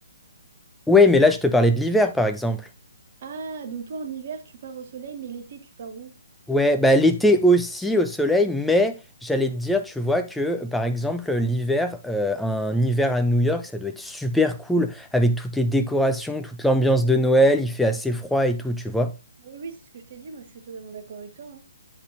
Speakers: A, in the centre; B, on the right.
A: Ouais, mais là, je te parlais de l'hiver, par exemple.
B: Ah, donc toi en hiver, tu pars au soleil, mais l'été, tu pars où?
A: Ouais, bah l'été aussi au soleil, mais j'allais te dire, tu vois, que par exemple, l'hiver, euh, un hiver à New York, ça doit être super cool, avec toutes les décorations, toute l'ambiance de Noël, il fait assez froid et tout, tu vois.
B: Oui, oui, c'est ce que je t'ai dit, moi je suis totalement d'accord avec toi. hein.